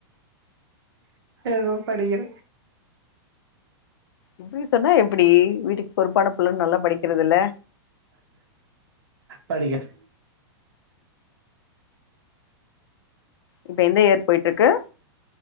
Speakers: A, on the right; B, on the left.
A: ஏதோ படிக்கிற
B: இப்பிடி சொன்னா எப்டி வீட்டுக்கு பொறுப்பான புள்ள நல்லா படிக்கிறதில்ல
A: படிக்க
B: இப்ப எந்த இயர் போய்ட்ருக்கு